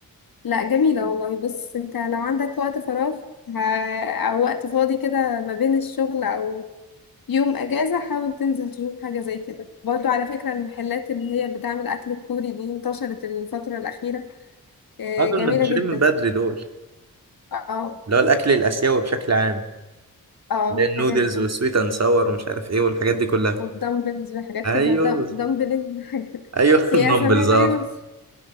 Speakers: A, on the left; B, on the right.
A: لا جميلة والله بس انت لو عندك وقت فراغ ه- أو وقت فاضي كده ما بين الشغل أو يوم أجازة حاول تنزل تشوف حاجة زي كده برضو على فكرة المحلات اللي هي بتعمل أكل كوري دي انتشرت الفترة الأخيرة آه،
B: آه، دول
A: جميلة
B: منتشرين
A: جدا
B: من بدري دول
A: اه
B: اللي هو الاكل الاسيوي بشكل عام
A: اه
B: اللي هي
A: الحاجات
B: النودلز
A: دي
B: والسويت اند ساور ومش عارف ايه والحاجات دي كلها
A: والدمبلز وحاجات
B: ايوه
A: كده دم
B: بز...
A: دمبل حاجات
B: ايوه
A: <laughs>
B: <laughs>
A: هي
B: النمبلز
A: اسامي غريبة
B: اه
A: بس